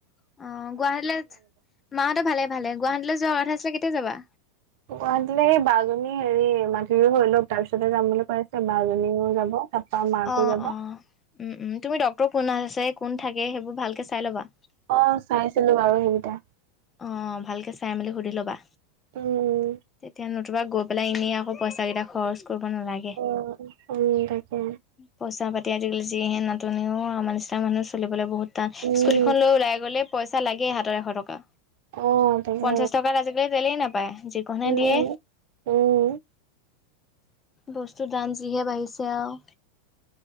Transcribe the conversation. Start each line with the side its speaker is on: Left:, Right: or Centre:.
Left: অ, গুৱাহাটীলৈ, মাহঁতৰ ভালে-ভালে। গুৱাহাটীলৈ যোৱাৰ কথা আছিলে, কেতিয়া যাবা?
Right: গুৱাহাটী লে, এই বাজনী হেৰি মান্থলিটো হৈ লওক, তাৰপিছতে যাম বুলি কৈ বা জনীও যাব, তাপা মাকো
Left: অ'
Right: যাব।
Left: অ' উম, উম, তুমি ডক্তৰ কোন নাৰ্চ আছে, কোন থাকে, সেইবোৰ ভালকে চাই ল'বা।
Right: অ, চাইছিলো বাৰু সেইকেইটা।
Left: অঁ, ভালকে চাই-মেলি সুধি ল'বা।
Right: উম।
Left: এতিয়া নতুবা গৈ পেলাই এনেই আকৌ পইচা কেইটা খৰচ কৰিব নালাগে।
Right: অ, উম, তাকে।
Left: পইচা-পাতি আজিকালি যিহে নাতনি অ, আমাৰ নিচনা মানুহ চলিবলৈ বহুত টান।
Right: উম
Left: স্কুটিখন লৈ ওলাই গ'লে পইচা লাগেই হাতত এশ টকা।
Right: অ তাকে
Left: পঞ্চাশ টকাত আজিকালি তেলেই নাপায়, যি কনহে
Right: উম
Left: দিয়ে।
Right: উম
Left: বস্তুৰ দাম যিহে বাঢ়িছে আৰু।